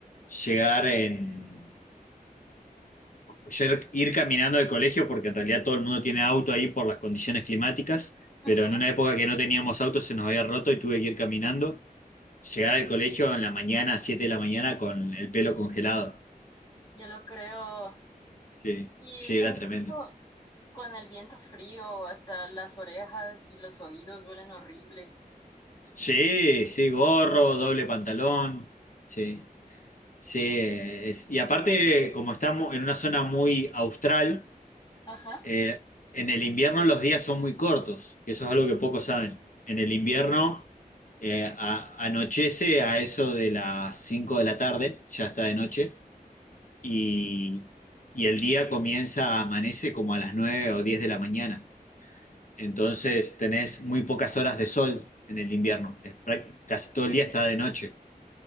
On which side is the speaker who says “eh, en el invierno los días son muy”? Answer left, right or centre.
Left